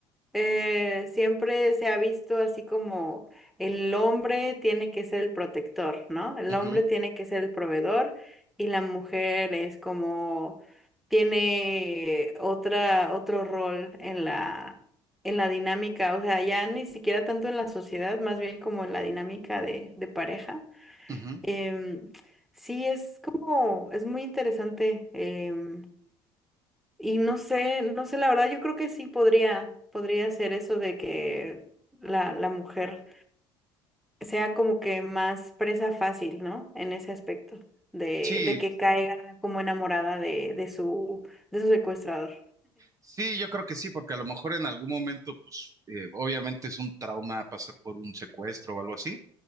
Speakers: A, in the centre; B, on the right (about 30°).
A: eh, siempre se ha visto así como el hombre tiene que ser el protector, ¿no? El
B: Ujú,
A: hombre tiene que ser el proveedor y la mujer es como tiene otra, otro rol en la, en la dinámica, o sea, ya ni siquiera tanto en la sociedad, más bien como en la dinámica de, de pareja.
B: ujú.
A: Em, sí, es como, es muy interesante. em, y no sé, no sé, la verdad, yo creo que sí podría, podría ser eso de que la, la mujer sea como que más presa fácil, ¿no? En ese aspecto, de,
B: Sí,
A: de que caiga como enamorada de, de su, de su secuestrador.
B: sí, yo creo que sí, porque a lo mejor en algún momento, pues, eh, obviamente es un trauma pasar por un secuestro o algo así,